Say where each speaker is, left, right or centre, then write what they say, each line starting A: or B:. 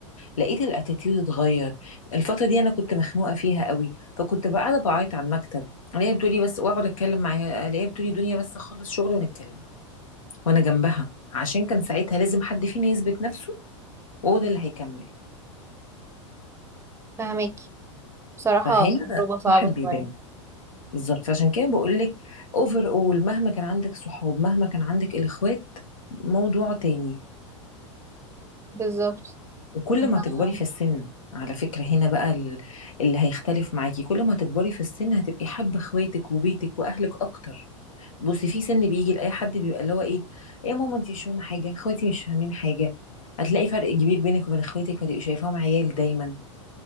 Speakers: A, on the left; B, on the right.
A: لقيت الاتيتيود اتغير الفتره دي انا كنت مخنوقه فيها قوي فكنت بقى قاعده بعيط على المكتب الاقيها بتقولي بس واقعد اتكلم معاها الاقيها بتقولي دنيا بس اخلص شغل ونتكلم وانا جنبها عشان كان ساعتها لازم حد فينا يثبت نفسه وهو ده اللي هيكمل
B: فاهماكي بصراحة
A: فهنا
B: تجربة صعبة
A: صاحب بيبان
B: شوية
A: بالظبط فعشان كده بقول لك اوفر اول مهما كان عندك صحاب مهما كان عندك الاخوات موضوع تاني
B: بالظبط
A: وكل
B: أنا
A: ما تكبري في السن على فكرة هنا بقى ال- اللي هيختلف معاكي كل ما تكبري في السن هتبقي حابة اخواتك وبيتك واهلك اكتر بصي في سن بيجي لاي حد بيبقى اللي هو ايه ايه يا ماما انت مش فاهمه حاجه اخواتي مش فاهمين حاجه هتلاقي فرق كبير بينك وبين اخواتك فتبقي شايفاهم عيال دايما